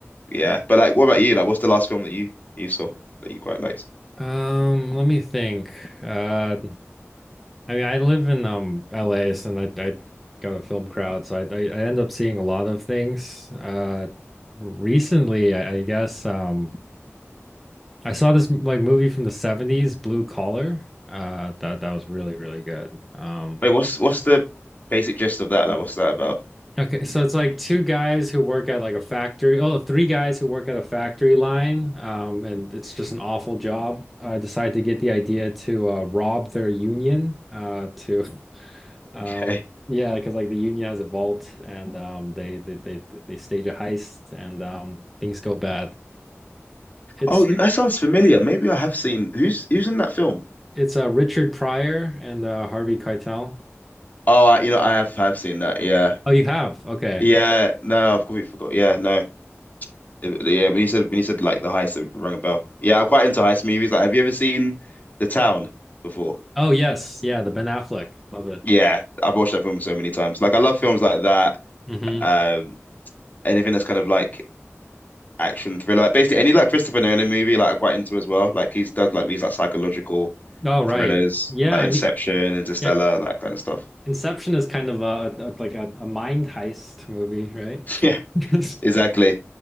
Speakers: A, on the left; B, in the centre.
A: yeah. But like, what about you? Like, what's the last film that you you saw that you quite liked?
B: Um, let me think. Uh, I mean, I live in um LA, so I I got a film crowd, so I I, I end up seeing a lot of things. Uh, recently, I, I guess um I saw this like movie from the 70s, Blue Collar. Uh, that that was really really good. Um,
A: Wait, what's what's the basic gist of that? Like, what's that about? <laughs>
B: Okay, so it's like two guys who work at like a factory. Oh, three guys who work at a factory line, um, and it's just an awful job. Uh, decide to get the idea to uh, rob their union. Uh, to um,
A: Okay.
B: yeah, because like the union has a vault, and um, they, they they they stage a heist, and um, things go bad. It's
A: Oh, you
B: like
A: know, that sounds familiar. Maybe I have seen who's who's in that film.
B: it's uh, Richard Pryor and uh, Harvey Keitel.
A: Oh, I, you know, I have I've seen that. Yeah,
B: Oh, you have? Okay.
A: yeah.
B: Yeah.
A: No, I've completely forgot. Yeah, no. It- yeah, when you said when you said like the heist, it rang a bell. Yeah, I'm quite into heist movies. Like, have you ever seen The Town before?
B: Oh, yes. Yeah, the Ben Affleck. Love it.
A: Yeah, I've watched that film so many times. Like, I love films like that.
B: hmm
A: Um, anything that's kind of like action thriller, like basically any like Christopher Nolan movie, like I'm quite into as well. Like he's does like these like psychological
B: Oh, right.
A: thrillers
B: Yeah,
A: like
B: I
A: Inception,
B: mean,
A: Interstellar,
B: yeah,
A: that kind of stuff. <laughs>
B: Inception is kind of a, a like a, a mind heist movie, right?
A: Yeah,
B: <laughs>
A: exactly.